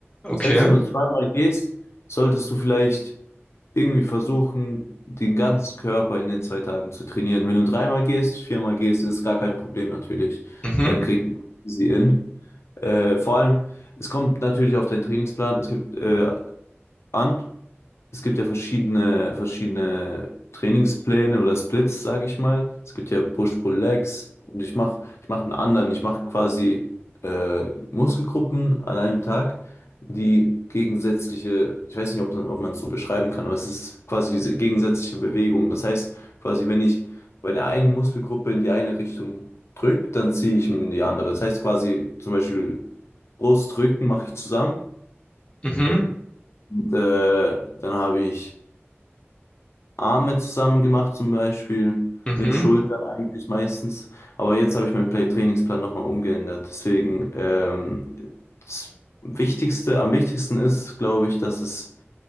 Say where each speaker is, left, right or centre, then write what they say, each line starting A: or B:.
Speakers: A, on the left (about 25°); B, on the left (about 75°).
A: okay.
B: Selbst wenn du zweimal gehst, solltest du vielleicht irgendwie versuchen, den ganzen Körper in den zwei Tagen zu trainieren. Wenn du dreimal gehst, viermal gehst, ist gar kein Problem natürlich.
A: Mhm,
B: Dann kriegst du sie in. Äh, vor allem, es kommt natürlich auf deinen Trainingsplan, es gibt äh, an. Es gibt ja verschiedene, verschiedene Trainingspläne oder Splits, sage ich mal. Es gibt ja Push-Pull-Legs und ich mache ich mach einen anderen. Ich mache quasi äh, Muskelgruppen an einem Tag, die gegensätzliche, ich weiß nicht, ob, ob man es so beschreiben kann, aber es ist quasi diese gegensätzliche Bewegung. Das heißt, quasi, wenn ich bei der einen Muskelgruppe in die eine Richtung drücke, dann ziehe ich in die andere. Das heißt quasi zum Beispiel Brust, Rücken mache ich zusammen.
A: mhm,
B: Und, äh, dann habe ich Arme zusammen gemacht, zum Beispiel,
A: mhm,
B: mit Schultern eigentlich meistens. Aber jetzt habe ich meinen Play Trainingsplan nochmal umgeändert. Deswegen, ähm, das Wichtigste, am wichtigsten ist, glaube ich, dass es